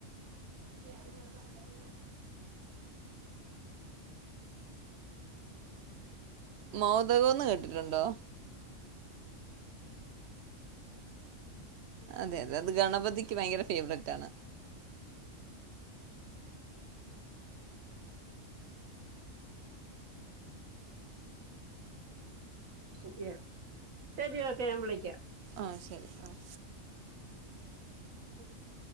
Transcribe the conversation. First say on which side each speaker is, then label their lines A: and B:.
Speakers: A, on the right (about 60°); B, on the right (about 85°).
A: <inaudible> മോതകോന്ന് കേട്ടിട്ടൊണ്ടോ അതെ അതെ അത് ഗണപതിക്ക് ഭയങ്കര ഫേവറേറ്റാണ്
B: സുഖിയാൻ ശെരി കേട്ടോ ഞാൻ വിളിക്കാം
A: ആഹ് ശെരി ആഹ്
B: <unintelligible>